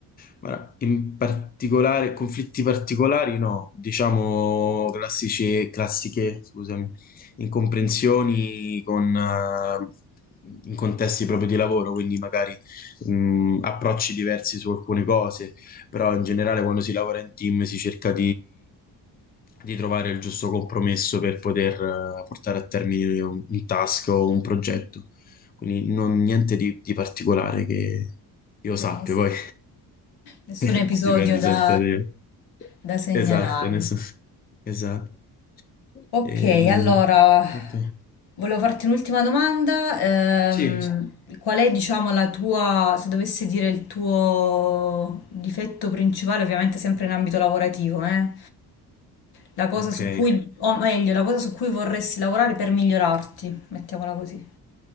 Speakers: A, on the left; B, on the left.
A: Guarda, in particolare, conflitti particolari no, diciamo classici, classiche, scusami, incomprensioni con, eh, in contesti proprio di lavoro, quindi magari mh, approcci diversi su alcune cose, però in generale quando si lavora in team si cerca di trovare il giusto compromesso per poter eh, portare a termine un, un task o un progetto. Quindi non- niente di, di particolare che io sappia,
B: ness-
A: poi
B: nessun
A: <laughs>
B: episodio
A: dipende
B: da
A: sempre da io.
B: da segnalare.
A: Esatto, nessuno. Esatto.
B: Ok,
A: Ehm,
B: allora
A: ok.
B: volevo farti un'ultima domanda. Ehm,
A: Sì,
B: qual è, diciamo, la tua, se dovessi dire il tuo difetto principale, ovviamente sempre in ambito lavorativo, eh? La cosa
A: ok.
B: su cui, o meglio, la cosa su cui vorresti lavorare per migliorarti, mettiamola così.